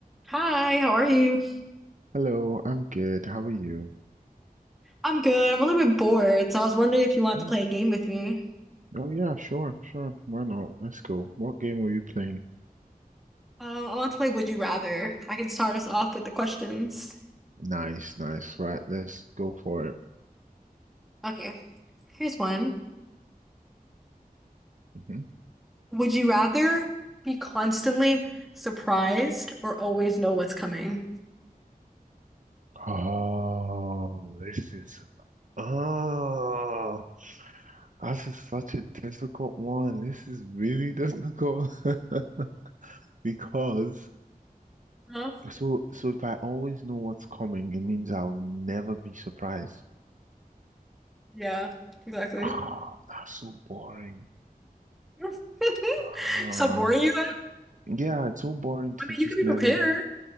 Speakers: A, in the centre; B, on the right (about 55°).
A: Hi, how are you?
B: Hello, I'm good. How are you?
A: I'm good. I'm a little bit bored, so I was wondering if you want to
B: "Oh,
A: play a game with me.
B: oh yeah, sure, sure. Why not? Let's go. What game are you playing?
A: Um, I want to play Would You Rather. I can start us off with the questions.
B: Nice, nice. Right, let's go for it.
A: Okay, here's one.
B: hmm
A: Would you rather be constantly surprised or always know what's coming?
B: Oh, this is oh, this is such a difficult one. This is really difficult <laughs> because
A: Huh?
B: so so if I always know what's coming, it means I'll never be surprised.
A: Yeah, exactly.
B: Oh, that's so boring.
A: <laughs>
B: Uh,
A: So boring you are.
B: yeah, it's so boring to
A: I mean,
B: just
A: you could be
B: never
A: prepared.